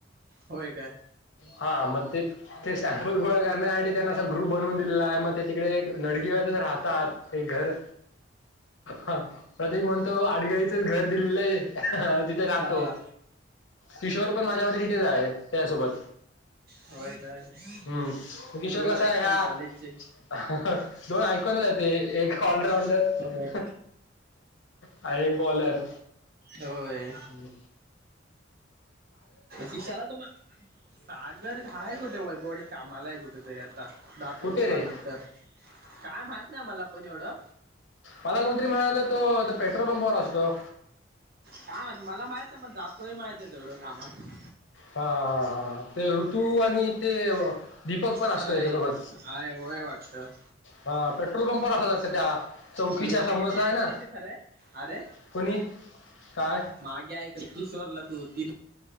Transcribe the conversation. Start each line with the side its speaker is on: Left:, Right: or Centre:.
Right: होय काय
Left: हा मग ते ते सॅम्पल गोळा करण्यासाठी त्यांना ग्रुप बनवून दिलेला आहे मग ते तिकडे नडगिंना राहतात एक घर. हा प्रतीक म्हणतो आडगळीचंच घर दिलेलंच. तिथे राहतो
Right: हा
Left: किशोर पण माझ्या <unintelligible> हाय त्यासोबत.
Right: होय काय
Left: हम्म किशोर
Right: दोन
Left: कसाय
Right: आयकॉन
Left: हा
Right: कॉलेजचे
Left: दोन <unintelligible> जाते एक. ऑलराऊंडर
Right: होय
Left: हा एक बॉलर.
Right: होय
Left: हम्.
Right: किशाला तो मा सागर हाय कुठे वैभववाडी कामाला आहे कुठेेतरी आता जातो
Left: कुठे
Right: दुपार
Left: रे
Right: नंतर काय माहित नाय मला पण एवढं.
Left: मला कोणतरी म्हणालं तो तो पेट्रोल पंपावर असतो.
Right: कायमाहित मला माहित नाय पण जातोय हे माहिते तेवढं कामात
Left: हा हा हा ते ऋतू आणि ते दीपक पण
Right: होय
Left: असतो त्याच्यासोबत.
Right: हाय वय वाटत.
Left: हा पेट्रोल पंपावर असतात त्या चौकीच्या
Right: पण मागे
Left: समोरचा
Right: मी ऐकलंय
Left: आहे ना.
Right: ते खरंय अरे
Left: कोणी का.
Right: मागे ऐक किशोरला तू तीन